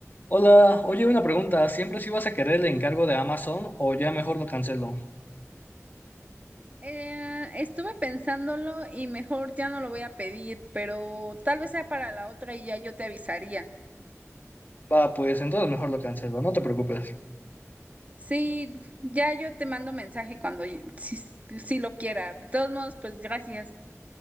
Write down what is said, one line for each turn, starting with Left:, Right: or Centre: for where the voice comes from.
Left: Hola, oye, una pregunta. ¿Siempre sí vas a querer el encargo de Amazon o ya mejor lo cancelo?
Right: Eh, estuve pensándolo y mejor ya no lo voy a pedir, pero tal vez sea para la otra y ya yo te avisaría.
Left: Va, pues entonces mejor lo cancelo, no te preocupes.
Right: Sí, ya yo te mando mensaje cuando y- si, si lo quiera. De todos modos, pues gracias.